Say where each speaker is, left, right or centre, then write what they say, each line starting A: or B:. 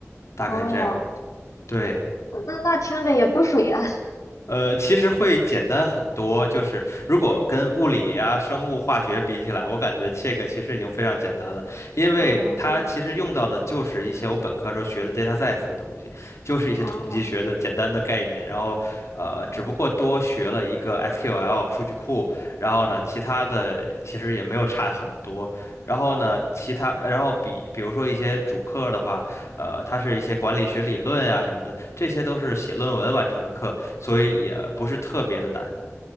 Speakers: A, on the left (about 65°); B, on the left (about 80°).
A: 大概这样，
B: 哦，
A: 对。
B: 那那听着也不水啊。
A: 呃，其实会简单很多，就是如果跟物理啊、生物、化学比起来，我感觉这个其实已经非常简单了，因为它其实用到的就是一些我本科时候学的
B: 哦，是吗？
A: data science 的东西，就是一些统计学的简单的概念，
B: 哦
A: 然后呃，只不过多学了一个 SQL 数据库，然后呢，其他的其实也没有差很多，然后呢，其他然后比比如说一些主课的话。呃，它是一些管理学理论呀、什么的，这些都是写论文完成的课，所以也不是特别的难。